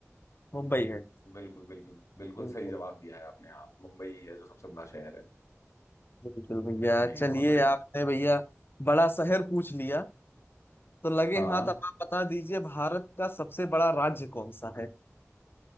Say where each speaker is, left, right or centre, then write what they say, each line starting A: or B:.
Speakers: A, on the left; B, on the left.
A: मुंबई है
B: बिल्कुल बिल्कुल बिल्कुल
A: बिल्कुल
B: सही जवाब दिया है आपने हाँ मुंबई ही है जो सबसे बड़ा शहर है
A: बिल्कुल भैया
B: नहीं
A: चलिए
B: नहीं बहुत बढ़िया
A: आपने भैया बड़ा शहर पूछ लिया तो लगे
B: हाँ
A: हाथ अब आप बता दीजिए भारत का सबसे बड़ा राज्य कौन सा है